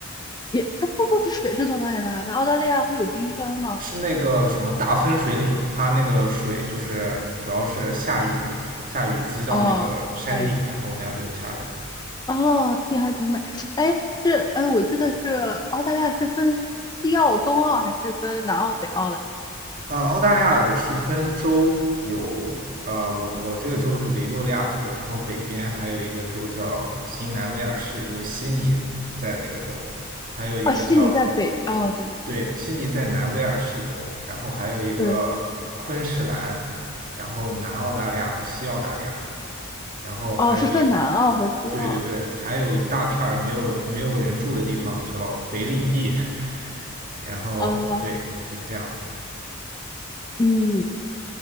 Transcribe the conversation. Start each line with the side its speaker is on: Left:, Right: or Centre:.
Left: 也，那瀑布的水是从哪里来的？澳大利亚会有冰山吗？
Right: 是那个什么大分水岭，它那个水就是主要是下雨，下雨积到那个山顶，
Left: 哦，雨。
Right: 然后那样流下来。
Left: 哦，天还挺美。哎，是哎，我记得是澳大利亚是分西澳、东澳还是分南澳、北澳嘞？
Right: 呃，澳大利亚是分州有，呃，我我这个州是维多利亚州，然后北边还有一个州叫新南威尔士，就是悉尼在的那个州，还有一个叫，
Left: 哦，悉尼在北。哦，对对
Right: 对，悉尼在南威尔士州，然后还有一个昆士兰，
Left: 对，
Right: 然后南澳大利亚和西澳大利亚，然后还有一，
Left: 哦，是分南澳和西澳。
Right: 对对对，还有一大片儿没有没有人住的地方叫北领地，<laughs> 然后对，
Left: 哦，
Right: 就是这样，
Left: 嗯，